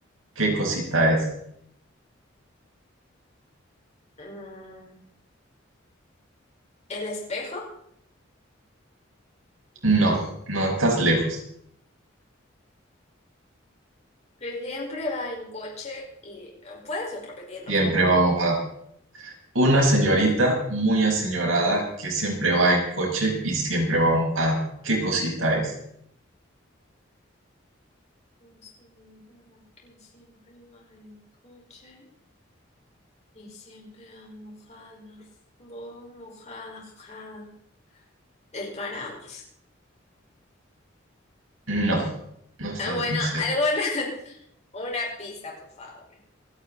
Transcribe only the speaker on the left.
mm, ¿el espejo?
Que siempre va en coche y... ¿Puedes repetirlo,
por favor?
Es una que siempre va en coche y siempre va mojada. Voy mojada, mojada. El paraguas.
Ah, bueno,
alguna, <laughs> una pista, por favor.